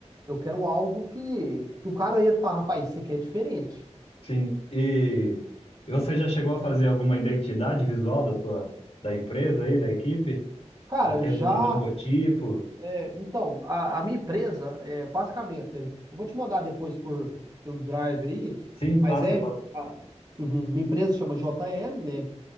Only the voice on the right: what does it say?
Eu quero algo que, que o cara entra e fala, rapaz, isso aqui é diferente.
Cara,
já
É, então, a, a minha empresa, é, basicamente, né, eu vou te mandar depois por, pelo Drive aí,
mas
é,
a, uhum, minha empresa chama JL, né?